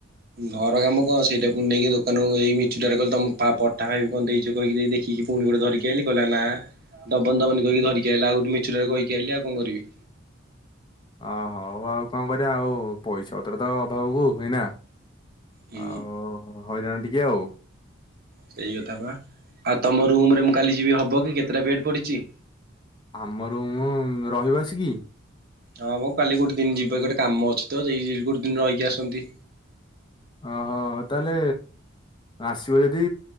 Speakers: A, on the right (about 50°); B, on the left (about 25°).
A: ଘର କାମ କଣ ସେଇଟା ପୁଣି ନେଇକି ଦୋକାନକୁ ମିଛୁଟାରେ କହ ତମ ପା ପଠା ଖାଇବି କଣ ଦେଇଛ କହିକି ଦେଇ ଦେଖିକି ପୁଣି ଗୋଟେ ଧରିକି ଆଇଲି କିଲ ନା ଦମନ ଦମନ କହିକି ଧରିକି ଆଇଲା ଆଉ ଗୋଟେ ମିଛୁଟାରେ କହିକି ଆଇିଲି ଆଉ କଣ କରିବି
B: ଅହଉ ଆଉ କଣ କରିବା ଆଉ ପଇସା ପତ୍ର ତ ଅଭାବକୁ ହେଇନା
A: ହୁଁ
B: ଆଉ ହଇରାଣ ଟ ଯାଉ
A: ସେଇ କଥା ବା ଆଉ ତମ ରୁମରେ ମୁଁ କାଲି ଯିବି ହବ କି କେତେଟା ବେଡ ପଡିଛି
B: ଆମର ମୁଁ ରହିବସ କି
A: ହଁ ବାଉ କାଲି ଗୋଟେ ଦିନ ଯିବା ଗୋଟେ କାମ ଅଛି ତ ଯ ଗୋଟେ ଦିନ ରହିକି ଆସନ୍ତି
B: ଓହୋ ତାହେଲେ ଆସିବ ଯଦି